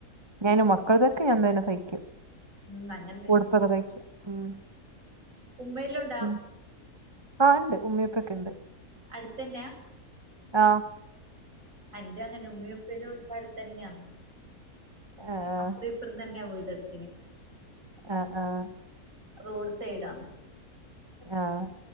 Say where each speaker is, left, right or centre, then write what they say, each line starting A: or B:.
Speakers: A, on the right (about 20°); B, on the right (about 55°).
A: ഞാന് മക്കളതൊക്കെ ഞാൻ തന്നെ തയ്ക്കും
B: ഉം അങ്ങനെ
A: ഉടുപ്പൊക്കെ തയ്ക്കും ഉം
B: ഉമ്മയിലൊണ്ട്
A: ഉം ആഹ് ഇണ്ട് ഉമ്മയുപ്പൊക്കെ ഇണ്ട്
B: അടുത്തെന്നെയാ
A: ആഹ്
B: അന്റെ അങ്ങനെയാ ഉമ്മയുപ്പല്ലാം ഇപ്പ അടുത്തെന്നെയാണ്
A: ആഹ്
B: അപ്പറേം ഇപ്പറേം തന്നെയാ വീടെടുത്തിന്
A: ആഹ് ആഹ്
B: റോഡ് സൈഡാ
A: ആഹ്